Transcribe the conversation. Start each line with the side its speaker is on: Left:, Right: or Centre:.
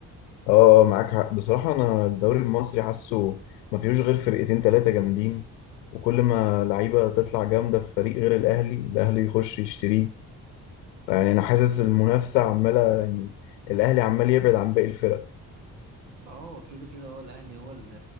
Left: اه آه، معاك حق بصراحة انا الدوري المصري حاسه ما فيهوش غير فرقتين تلاتة جامدين وكل ما لعيبة تطلع جامدة في فريق غير الأهلي الأهلي يخش يشتريه يعني انا حاسس المنافسه عماله يعني الاهلي عمال يبعد عن باقي الفرق
Right: اه كده كده هو الاهلي هو اللي